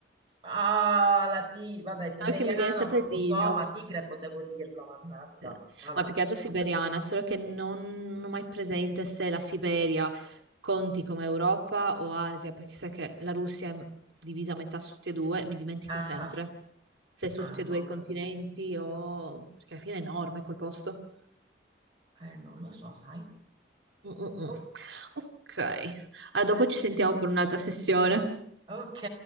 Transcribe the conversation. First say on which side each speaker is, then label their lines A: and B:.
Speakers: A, on the right; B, on the right.
A: Ah, la ti, vabbè, siberiana
B: No, che mi viene sempre
A: non
B: Divio,
A: lo so, ma tigre potevo dirlo, mannaggia.
B: Sì.
A: Vabbè.
B: ma più che altro siberiana, solo che non, non ho mai presente se la Siberia conti come Europa o Asia, perché sai che la Russia è divisa a metà su tutti e due, mi dimentico
A: Ah,
B: sempre se è su
A: ah,
B: tutti
A: no,
B: e due i continenti o... perché alla fine è enorme quel posto.
A: eh, non lo so, sai.
B: Mm, mm, mm.
A: Oh,
B: Ok, Ah, dopo
A: va bene.
B: ci sentiamo per un'altra sessione.
A: Ok.